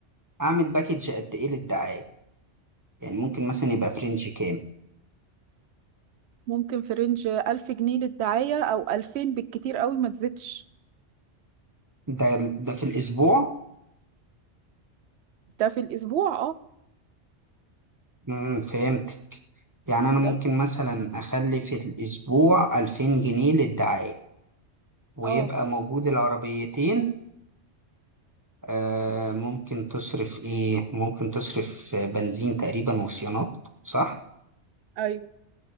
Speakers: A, on the right; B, on the right.
A: أعمل باكج قد إيه للدعاية؟ يعني ممكن مثلا يبقى فرنج كام؟
B: ممكن في رينج 1000 جنيه للدعاية او 2000 بالكتير قوي ما تزيدش
A: ده ده في الأسبوع؟
B: ده في الاسبوع اه
A: مم فهمت يعني أنا ممكن
B: ده
A: مثلا أخلي في الأسبوع 2000 جنيه للدعاية ويبقى
B: اه
A: موجود العربيتين آه ممكن تصرف ايه ممكن تصرف آه، بنزين تقريبا وصيانات صح
B: ايوه